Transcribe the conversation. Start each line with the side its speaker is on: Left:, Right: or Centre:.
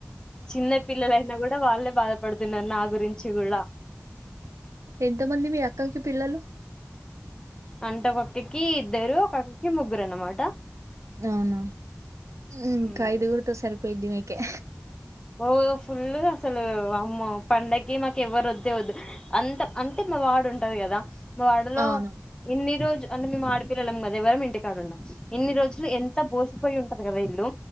Left: చిన్న పిల్లలైనా గూడా వాళ్ళే బాధపడుతున్నారు. నా గురించి గూడా.
Right: ఎంత మంది. మీ అక్కయ్కి పిల్లలు?
Left: అంటే ఒకక్కకి ఇద్దరు, ఒకొక్కకి ముగ్గురు అనమాట.
Right: అవునా ఉమ్
Left: మ్మ్
Right: ఖైదుగుర్తో సరిపోయిదిమీకె
Left: ఒకరోజ్ ఫుల్ అసలు వామ్మో పండగ్కి మాకు ఎవ్వరు వద్దే వద్దు. అంత అంతే మా వాడుంటది గదా. మా వాడలో
Right: అవును
Left: ఇన్ని రోజు అంటే మేము ఆడపిల్లలం గదా. ఎవరం ఇంటికాడుండం. ఎన్ని రోజులు ఎంత బోసిపోయి ఉంటాద్గదా ఇల్లు,